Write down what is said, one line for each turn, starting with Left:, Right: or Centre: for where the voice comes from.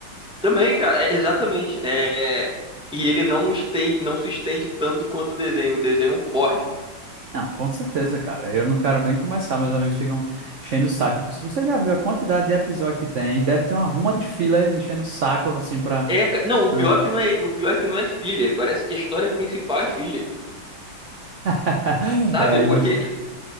Centre: Também, cara, é, exatamente. É, e ele não estende, não se estende tanto quanto o desenho. O desenho é um porre.
Right: Não, com certeza, cara. Eu não quero nem começar. Meus amigos ficam enchendo o saco. Eu falei, Se você já viu a quantidade de episódio que tem, deve ter uma ruma de fila enchendo o saco, assim, pra.
Centre: É, ca- não, o
Right: Hã?
Centre: pior é que não é, o pior é que não é filler. Parece que a história principal é filler,
Right: <laughs>
Centre: sabe?
Right: É,
Centre: Porque
Right: e você-